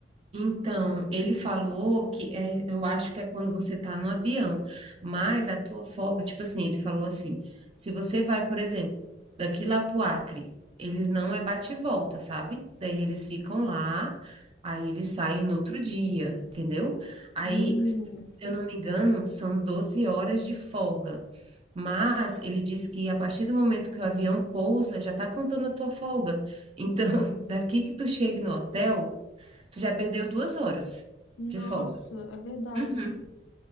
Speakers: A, on the right; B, on the left.
A: Então, ele falou que é, eu acho que é quando você está no avião, mas a tua folga, tipo assim, ele falou assim, se você vai, por exemplo, daqui lá pro Acre, eles não é bate e volta, sabe? Daí eles ficam lá, aí eles saem no outro dia, entendeu? Aí,
B: Hum,
A: se eu não me engano, são 12 horas de folga. Mas ele diz que a partir do momento que o avião pousa, já está contando a tua folga. Então, <laughs> daqui que tu chegue no hotel, Tu já perdeu duas horas
B: nossa,
A: de folga.
B: é verdade.
A: Uhum.